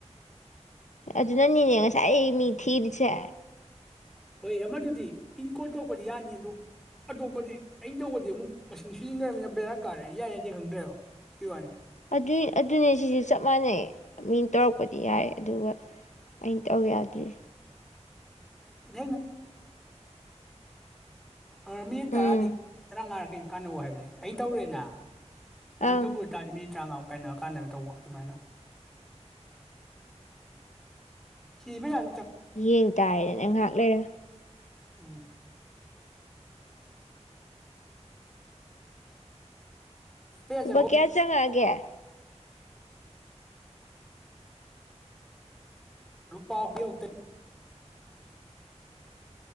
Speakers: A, on the left (about 80°); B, in the centre.
A: ꯑꯗꯨꯗꯅꯤꯅꯦ ꯉꯁꯥꯏ ꯑꯩ ꯃꯤ ꯊꯤꯔꯤꯁꯦ
B: ꯍꯣꯏ ꯑꯃꯗꯨꯗꯤ ꯄꯤꯟ ꯀꯣꯠ ꯇꯧꯔꯄꯗꯤ ꯌꯥꯅꯤ ꯑꯗꯨ ꯑꯇꯣꯞꯄꯗꯤ ꯑꯩ ꯇꯧꯕꯗꯤ ꯑꯃꯨꯛ ꯃꯁꯤꯡ ꯁꯤꯖꯤꯟꯅꯔꯝꯅꯤꯅ ꯕꯦꯔꯥ ꯀꯥꯔꯅꯤ ꯌꯥꯏ ꯌꯥꯗꯦ ꯈꯪꯗ꯭ꯔꯦꯕ ꯑꯗꯨꯏ ꯋꯥꯅꯦ
A: ꯑꯗꯨꯏ ꯑꯗꯨꯅꯦ ꯁꯤꯁꯨ ꯆꯞ ꯃꯥꯟꯅꯩ ꯃꯤꯅ ꯇꯧꯔꯛꯄꯗꯤ ꯌꯥꯏ ꯑꯗꯨꯒ ꯑꯩꯅ ꯇꯧ ꯌꯥꯗ꯭ꯔꯤ
B: <unintelligible> ꯑ ꯃꯤꯠ ꯇꯔꯥꯗꯤ
A: ꯎꯝ
B: ꯇ꯭ꯔꯥꯉꯥꯔꯛ ꯀꯥꯟꯅꯧ ꯍꯥꯏꯕꯅꯦ ꯑꯩ ꯇꯧꯔꯦꯅ
A: ꯑꯪ
B: ꯅꯪ ꯇꯧꯗꯣꯏ ꯇꯥꯥꯔꯗꯤ ꯃꯤꯅꯤꯠ ꯇ꯭ꯔꯉꯥꯃꯨꯛ ꯑꯩ ꯅꯥ ꯀꯥꯟꯗ ꯇꯧꯕ ꯗꯨꯃꯥꯏꯅ <inaudible> ꯁꯤꯕ ꯌꯥ
A: ꯌꯦꯡ ꯇꯥꯔꯦꯗꯅ ꯉꯥꯛ ꯂꯩꯔ
B: ꯎꯝ ꯄꯩꯁꯥ
A: ꯂꯨꯄꯥ
B: ꯆꯪꯍꯧ
A: ꯀꯌꯥ ꯆꯪꯉꯛꯑ ꯀꯦ
B: <unintelligible>